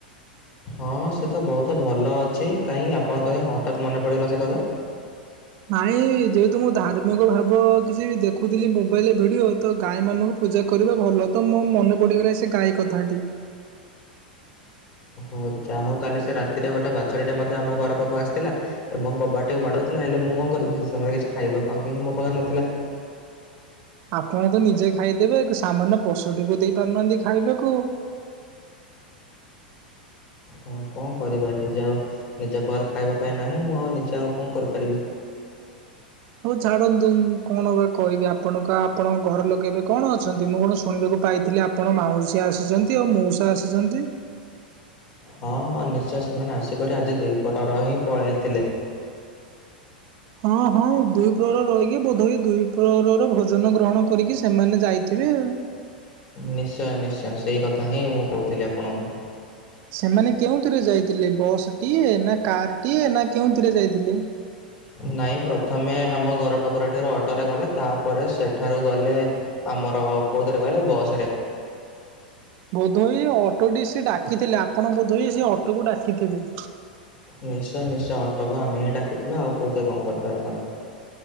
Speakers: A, on the left (about 35°); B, on the right (about 45°).
A: ହଁ ସେ ତ ବହୁତ ଭଲ ଅଛି କାହିଁକି ଆପଣଙ୍କ କ ହଠାତ୍ ମନେ ପଡ଼ିଗଲା ସେ କଥା।
B: ନାଇଁ ଯେହେତୁ ମୁଁ ଧାର୍ମିକ ଭାବ କିଛି ଦେଖୁଥିଲି ମୋବାଇଲରେ ଭିଡିଓ ତ ଗାଈ ମାନଙ୍କୁ ପୂଜା କରିବା ଭଲ ତ ମୋ ମନେ ପଡିଗଲା ସେ ଗାଈ କଥାଟି।
A: ହଉ ଯାହା ହଉ କାଲି ସେ ରାତିରେ ଗୋଟେ ବାଛୁରୀଟେ ମଧ୍ୟ ଆମ ଘର ପାଖକୁ ଆସିଥିଲା। ଏବଂ କବାଟକୁ ବାଡଉଥିଲା ହେଲେ ମୁଁ କଣ କରିବି ସେ ସମୟରେ କିଛି ଖାଇବା ପାଇଁ ହିଁ ମୋ ପାଖରେ ନଥିଲା।
B: ଆପଣ ତ ନିଜେ ଖାଇଦେବେ ସାମାନ୍ୟ ପଶୁଟିକୁ ଦେଇ ପାରୁନାହାନ୍ତି ଖାଇବାକୁ।
A: ହଁ କଣ କରିବା ନିଜେ ଆଉ ନିଜ ପରେ ଖାଇବା ପାଇଁ ନାହିଁ ମୁଁ ଆଉ ନିଜେ ଆଉ କଣ କରିପାରିବି?
B: ହଉ ଛାଡନ୍ତୁ କଣ ବା କହିବି ଆପଣ ଙ୍କ ଆପଣଙ୍କ ଘର ଲୋକେ ଏବେ କଣ ଅଛନ୍ତି? ମୁଁ କଣ ଶୁଣିବାକୁ ପାଇଥିଲି ଆପ ଆପଣ ମାଉସୀ ଆସିଛନ୍ତି ଆଉ ମଉସା ଆସିଛନ୍ତି।
A: ହଁ ହଁ ନିଶ୍ଚୟ ସେମାନେ ଆସିକରି ଆଜି ଦି ପ୍ରହର ରହି ପଳେଇଥିଲେ।
B: ହଁ ହଁ ଦୁଇ ପ୍ରହର ରହିକି ବୋଧ ହୁଏ ଦୁଇ ପ୍ରହରର ଭୋଜନ ଗ୍ରହଣ କରିକି ସେମାନେ ଯାଇ ଥିବେ।
A: ନିଶ୍ଚୟ ନିଶ୍ଚୟ ସେଇ କଥା ହିଁ ମୁଁ କହୁଥିଲି ଆପଣଙ୍କୁ।
B: ସେମାନେ କେଉଁଥିରେ ଯାଇଥିଲେ ବସ୍ ଟିଏ ନା କାର ଟିଏ ନା କେଉଁଥିରେ ଯାଇଥିଲେ?
A: ନାଇଁ ପ୍ରଥମେ ଆମ ଘର ପାଖରୁ ଏଠାରୁ ଅଟୋ ରେ ଗଲେ ତାପରେ ସେଠାରୁ ଗଲେ ଆମର କୋଉଥିରେ କହିଲ ବସରେ।
B: ବୋଧହୁଏ ଅଟୋଟି ସେ ଡାକିଥିଲେ ଆପଣ ବୋଧହୁଇ ସେ ଅଟୋକୁ ଡାକିଥିବେ।
A: ନିଶ୍ଚୟ ନିଶ୍ଚୟ ଅଟୋକୁ ଆମେ ହିଁ ଡାକଥିଲୁ ଆଉ କୋଉଥିରେ କଣ କରିପାରିଥାନ୍ତୁ?